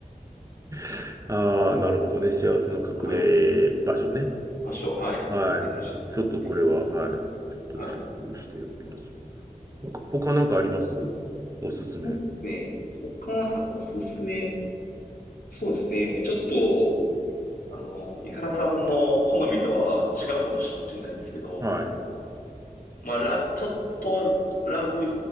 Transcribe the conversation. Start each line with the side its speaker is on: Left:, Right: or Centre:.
Right: <laughs> ああ、なるほどね。幸せの隠れ場所ね。
Left: はい。場所、はい。
Right: はい。
Left: ぜひちょっと見てくださ
Right: ちょっとこれは、はい。
Left: い。
Right: ちょっとチェックしておきます。
Left: はい。
Right: 他、他なんかありますおすすめ。
Left: そうね。他、おすすめ。そうですね。ちょっと、あの、井原さんの好みとは違うかもしれないですけど、
Right: はい。
Left: まあ、ラ、ちょっと、ラブ、